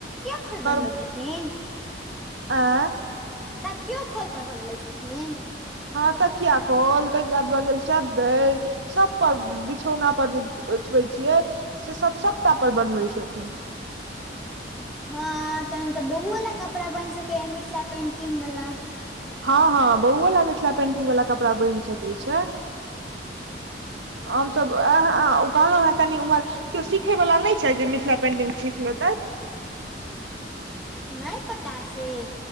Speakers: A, in the centre; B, on the right.
A: क एखन बनबै
B: कर
A: छथिन।
B: आँय
A: तकिओ खोल पर बनबै छथिन।
B: हँ तकिया खोल ताहिके बाद भऽ गेल चदैर सब पर बिछौना पर जे ओछबै छियै से सब सबटा पर बनबै छथिन।
A: हँ तहन तऽ बौओ लऽ कपड़ा बनि सके ह मिथिला पेंटिग वाला।
B: हँ हँ बउवो ला मिथिला पेंटिग वाला कपड़ा बनि सकै छै। हम सभ आ ह ओ कहलहुँ हे कनी उम्हर केओ सिखय वला नय छै जे मिथिला पेंटिग सीख लेतैय।
A: नय पता से।